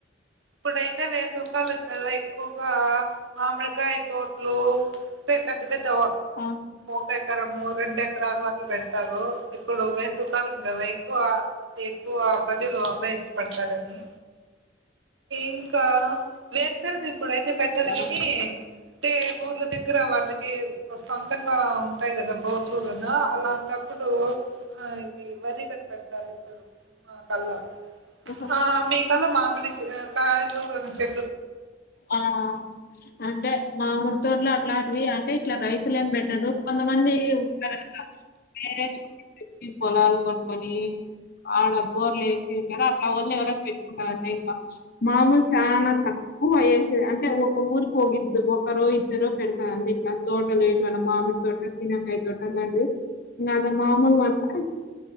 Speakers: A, on the right; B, on the left.
A: ఇప్పుడైతే వేసు కాలం గద ఎక్కువగా మామిడికాయ తోట్లు పెద్ద పెద్ద
B: ఆ
A: ఒక ఎకరము రెండు ఎకరాలు అట్లా పెడతారు ఇప్పుడు వేసవకాలం కదా ఎక్కువ ఎక్కువ ప్రజలు అవే ఇష్టపడతారని ఇంకా వేరుశనగ ఇప్పుడైతే పెట్టరు
B: ఆ
A: ఇది అంటే ఊర్ల దగ్గర వాళ్ళకి సొంతంగా ఉంటాయి కదా బోర్లు కదా అలాంటప్పుడు ఆ ఇవి వరి కని పెడతారు ఇప్పుడు మాకల్ల
B: ఆహా
A: ఆ మీకల్ల మామిరి కాయిలు అ చె
B: ఆ అంటే మా ముత్తూర్లో అట్లాంటివి వి అంటే ఇట్లా రైతులు ఏం పెట్టరు కొంతమంది ఉంటారు కదా వేరే చ పొలాలు కొనుకొని ఆడ బోర్లు వేసి ఉంటార అట్లా వాళ్ళు ఎవర పెట్టుకున్నారంట ఇంకా మామూలు చానా తక్కువ ఊ వేసే అంటే ఒక ఊరికి ఒక ఇద్దు ఒకరో ఇద్దరు పెడతారుండి ఇట్లా తోటలు ఏంటివన్నా మామిడి తోట సీనాకాయ తోట ఆట్లాంటివి ఇంకా అంత మామూలు అంతా